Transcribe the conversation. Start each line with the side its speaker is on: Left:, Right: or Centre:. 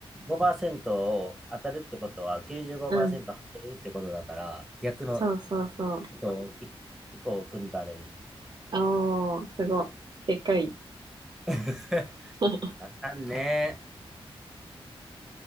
Centre: 5%を当たるってことは95%
Right: うん。
Centre: 当てるってことだから、逆の、
Right: そうそうそう。
Centre: えっと、い一個を組んだらいい。
Right: あおー、すごい。でっかい。
Centre: <laughs>
Right: <laughs>
Centre: あかんね。